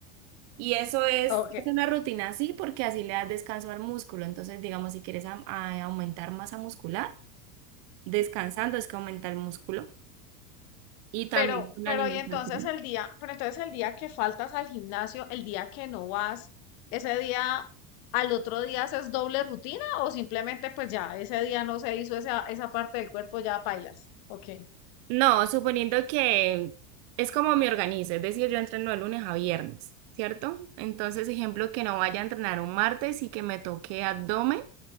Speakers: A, on the right; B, on the left.
A: Y eso es,
B: Ok.
A: es una rutina así porque así le das descanso al músculo. Entonces, digamos, si quieres am- a- aumentar masa muscular, descansando es que aumenta el músculo. Y también
B: Pero,
A: con la
B: pero
A: alimentación.
B: y entonces el día, pero entonces el día que faltas al gimnasio, el día que no vas, ese día, al otro día haces doble rutina o simplemente pues ya ese día no se hizo esa, esa parte del cuerpo, ya pailas. Ok.
A: No, suponiendo que es como me organizo, es decir, yo entreno de lunes a viernes, ¿cierto? Entonces, ejemplo, que no vaya a entrenar un martes y que me toque abdomen,